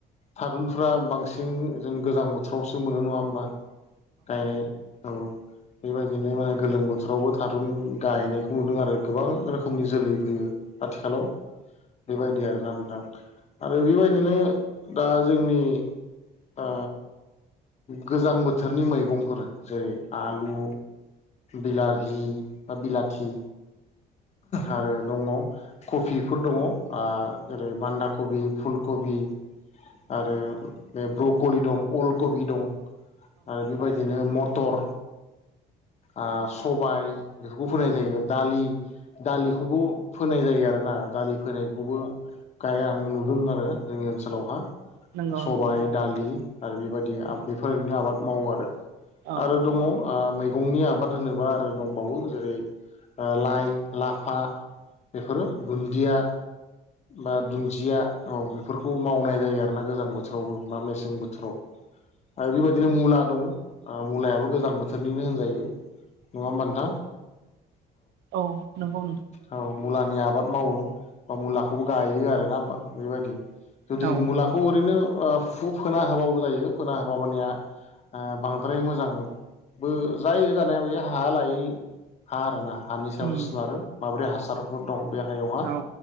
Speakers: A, on the left (about 40°); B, on the right (about 80°).
A: थारुनफ्रा बांसिन जों गोजां बोथोरावसो मोनो नङा होमबा गायनाय औ बेबायदिनो माने गोलोम बोथोरावबो थारुन गायनायखौ नुदों आरो गोबां रोखोम समनि जोलै फैयो आथिखालाव बेबायदि आरोना नोंथां आरो बेबायदिनो दा जोंनि ओ गोजां बोथोरनि मैगंफोर जेरै आलु बिलाहि बा बिलाथि आरो दङ कबिफोर दङ ओ जेरै बान्दा कबि फुल कबि आरो ब्रकलि दं अल कबि दं आरो बेबायदिनो मटर ओ सबाय बेफोरखौ फोनाय जायो दालि दालिखौबो फोनाय जायो आरो ना दालि फोनायखौबो गायहां नुदों आरो जोंनि ओनसोलावहा
B: नंगौ
A: सबाय
B: नंगौ
A: दालि आरो बेबायदि
B: औ
A: बेफोरनो आबाद मावो आरो
B: औ
A: आरो दङ ओ मैगंनि आबाद होनोबा आरो दंबावो जेरै लाइ लाफा बेफोरो दुन्दिया बा दुन्दिया औ बेफोरखौ मावनाय जायो आरोना गोजां बोथोरावबो बा मेसें बोथोराव आरो बेबायदिनो मुला दं ओ मुलायाबो गोजां बोथोरनिनो होनजायो नङा होमब्ला नोंथां
B: औ नोंगौ
A: औ मुलानि आबाद मावो बा मुला नुयो आरोना बेबायदि जुदि
B: औ
A: मुलाखौ ओरैनो ओ फु फोना होबावो जायो फोना होबा मानेया बांद्राय मोजांबो जायो जानाया बे हा लायै हा आरोना हानि सायावसो
B: उम
A: सोनारो माबोरै हासारफोर दं बे हायावहा
B: औ